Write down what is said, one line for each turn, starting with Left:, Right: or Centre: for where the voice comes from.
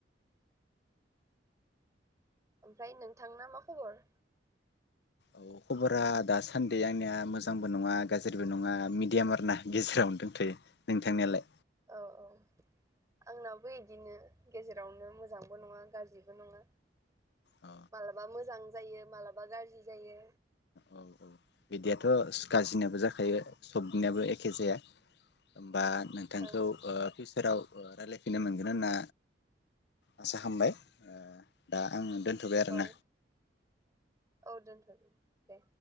Right: ओमफ्राय नोंथांना मा खबर?
Left: औ खबरा दासान्दि आंनिया मोजांबो नङा गाज्रिबो नङा मिडियाम आरो ना गेजेरावनो दोंथ'यो। नोंथांनियालाय?
Right: औ औ आंनाबो इदिनो गेजेरावनो मोजांबो नङा गाज्रिबो नङा
Left: औ
Right: मालाबा मोजां जायो मालाबा गाज्रि जायो।
Left: औ औ बिदियाथ' सो गासिनाबो जाखायो
Right: ओं
Left: सबनियाबो एखे जाया। <inaudible> बा नोंथांखौ
Right: ओं ओं
Left: ओ फिउचाराव। ओ रायलायफिननो मोनगोन होनना आसा खामबाय ओ दा आङो दोनथ'बाय आरोना।
Right: औ - औ दोनथ' दे। दे।